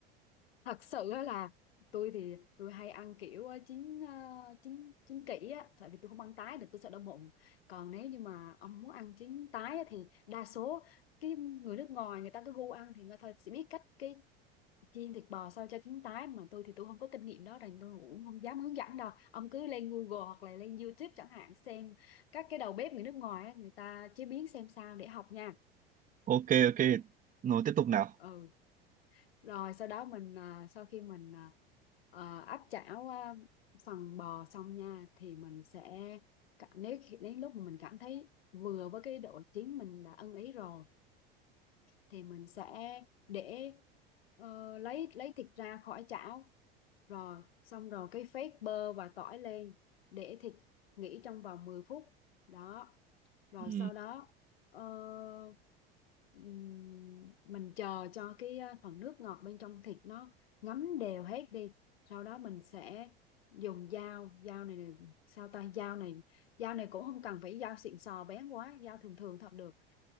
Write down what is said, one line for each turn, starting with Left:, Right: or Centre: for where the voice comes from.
Left: thật sự á là tôi thì tôi hay ăn kiểu ờ, chín ờ, chín chín kỹ á tại vì tôi không ăn tái được tôi sợ đau bụng còn nếu như mà ông muốn ăn chín tái á, thì đa số cái người nước ngoài người ta cứ gu ăn thì người ta sẽ biết cách cái chiên thịt bò sao cho chín tái mà tôi thì tôi không có kinh nghiệm đó nên tôi cũng không dám hướng dẫn đâu ông cứ lên Google hoặc là lên YouTube chẳng hạn xem các cái đầu bếp người nước ngoài á, người ta chế biến xem sao để học nha
Right: ok ok rồi tiếp tục nào
Left: ừ rồi sau đó mình à, sau khi mình à, à, áp chảo à, phần bò xong nha thì mình sẽ cả- nếu khi- đến lúc mà mình cảm thấy vừa với cái độ chín mình đã ưng ý rồi thì mình sẽ để ờ, lấy lấy thịt ra khỏi chảo rồi xong rồi cái phết bơ và tỏi lên để thịt nghỉ trong vòng 10 phút đó rồi
Right: ừ.
Left: sau đó ờ, ừm, mình chờ cho cái ờ, phần nước ngọt bên trong thịt nó ngấm đều hết đi sau đó mình sẽ dùng dao dao này, này sao ta dao này dao này cũng không cần phải dao xịn sò bén quá dao thường thường thật được